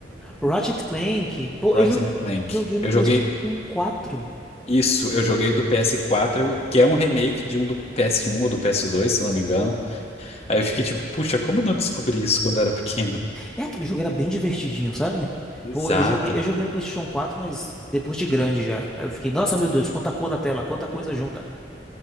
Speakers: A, in the centre; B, on the left.
A: Ratchet Clank, pô,
B: Ratchet
A: eu joguei,
B: and Clank.
A: joguei no
B: Eu
A: PlayStation
B: joguei.
A: 4.
B: Isso, eu joguei do ps quatro que é um remake de um do ps um ou do ps dois se não me engano. Aí eu fiquei tipo, puxa, como eu não descobri isso quando eu era pequeno?
A: É aquele jogo era bem divertidinho, sabe?
B: Exato.
A: Pô, eu joguei, eu joguei no PlayStation 4, mas depois de grande já. Aí eu fiquei, nossa, meu Deus, quanta cor na tela, quanta coisa junta.